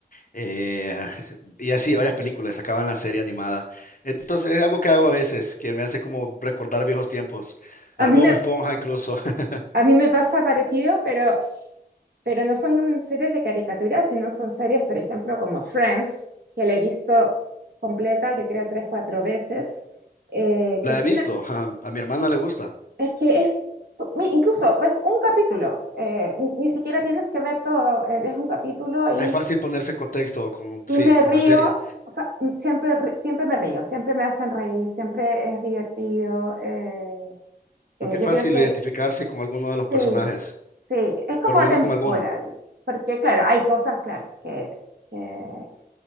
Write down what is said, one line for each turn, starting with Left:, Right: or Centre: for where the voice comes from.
Left: Eh, <laughs> y así, varias películas, acaban la serie animada. Entonces, es algo que hago a veces, que me hace como recordar viejos tiempos. Ah,
Right: A mí
Left: Bob
Right: me,
Left: Esponja incluso, <laughs>
Right: a mí me pasa parecido, pero pero no son series de caricaturas, sino son series, por ejemplo, como Friends, que la he visto completa, yo creo, tres, cuatro veces, eh,
Left: la
Right: que es
Left: he visto,
Right: una,
Left: <laughs> ah, a mi hermana le gusta.
Right: es que es, tu- mi- incluso es un capítulo, eh, ni ni siquiera tienes que ver todo, eh, es un capítulo y,
Left: Es fácil ponerse en contexto con,
Right: y
Left: sí,
Right: me
Left: con
Right: río,
Left: la serie,
Right: o sea, m- siempre, ri- siempre me río, siempre me hacen reír, siempre es divertido, eh,
Left: porque
Right: eh,
Left: es
Right: yo
Left: fácil
Right: creo que
Left: identificarse con alguno de los personajes,
Right: sí, sí, es como
Left: por lo
Right: atemporal,
Left: menos con alguno.
Right: porque claro, hay cosas, claro, que... que